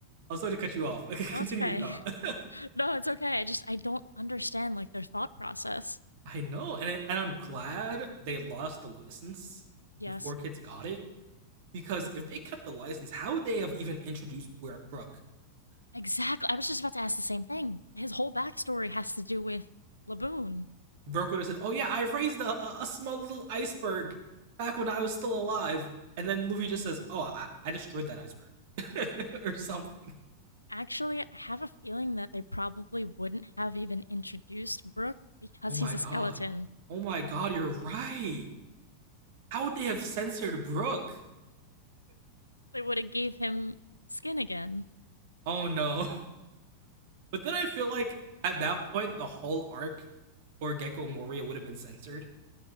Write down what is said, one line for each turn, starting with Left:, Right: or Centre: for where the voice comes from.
Right: I was sorry to cut you off. <laughs> Okay,
Left: no,
Right: continue
Left: it's okay.
Right: your thought. <laughs>
Left: <laughs> no, it's okay. I just, I don't understand like their thought process.
Right: I know, and it, and I'm glad they lost the license
Left: Yes,
Right: and Four Kids got it because if they kept the license, how would they have even introduced Bro- Brooke?
Left: exactly. I was just about to ask the same thing. His whole backstory has to do with Laboon.
Right: Burke would have said, "Oh yeah, I raised a, a, small little iceberg back when I was still alive," and then Luffy just says, "Oh, I, I destroyed that iceberg," <laughs> or something.
Left: Actually, I have a feeling that they probably wouldn't have even introduced Brook because
Right: Oh my
Left: he's a
Right: god.
Left: skeleton
Right: Oh my god, you're right. How would they have censored Brook?
Left: They would have gave him skin again.
Right: Oh no. <laughs> But then I feel like at that point the whole arc for Gecko Moria would have been censored.